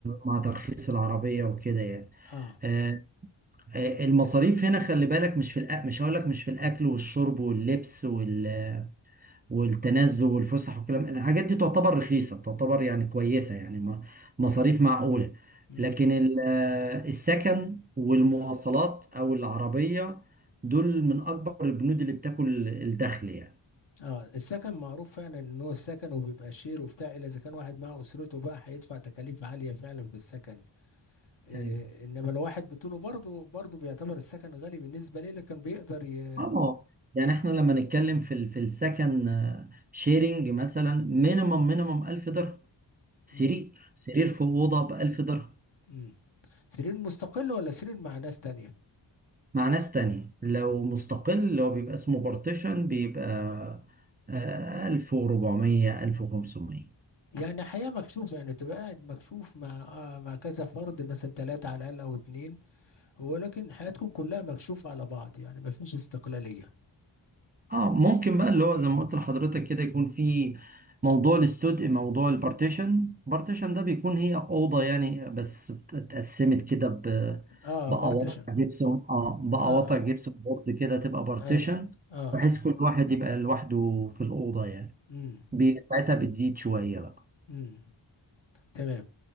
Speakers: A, on the right; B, on the left.
A: مع ترخيص العربيه وكده يعني
B: اه
A: آه، آه، المصاريف هنا خلي بالك مش في الأ... مش هقول لك مش في الاكل والشرب واللبس وال والتنزه والفسح والكلام الحاجات دي تعتبر رخيصة تعتبر يعني كويسة يعني م- مصاريف معقولة
B: امم
A: لكن ال- آه، السكن والمواصلات أو العربية دول من أكبر البنود اللي بتاكل الدخل يعني
B: اه السكن معروف فعلا ان هو السكن وبيبقى شير وبتاع الا اذا كان واحد مع اسرته بقى هيدفع تكاليف عاليه فعلا في السكن إيه
A: يعني
B: انما لو واحد بطوله برضه برضه بيعتبر السكن غالي بالنسبه ليه لكن بيقدر ي...
A: اه ما هو- يعني احنا لما نتكلم في ال- في السكن شيرنج مثلا مينيمم مينيمم 1000 درهم سرير
B: مم.
A: سرير في أوضة ب 1000 درهم
B: مم. سرير مستقل ولا سرير مع ناس تانية
A: مع ناس تانية لو مستقل اللي هو بيبقى اسمه بارتيشن بيبقى آه، ألف وربعمية ألف وخمسمية
B: يعني حياه مكشوف يعني تبقى قاعد مكشوف مع آه مع كذا فرد مثلا ثلاثه على الاقل او اتنين ولكن حياتكم كلها مكشوفة على بعض يعني ما فيش استقلالية
A: اه ممكن بقى اللي هو زي ما قلت لحضرتك كده يكون في موضوع الاستوديو موضوع البارتيشن بارتيشن ده بيكون هي أوضة يعني بس ات- اتقسمت كده ب
B: اه
A: بقواطع
B: بارتيشن
A: جبسون اه بقواطع
B: اه
A: جبسون بورد كده تبقى بارتيشن
B: ايوه اه
A: بحيث كل واحد يبقى لوحده في الأوضة يعني
B: امم
A: بي- ساعتها بتزيد شوية بقى
B: امم تمام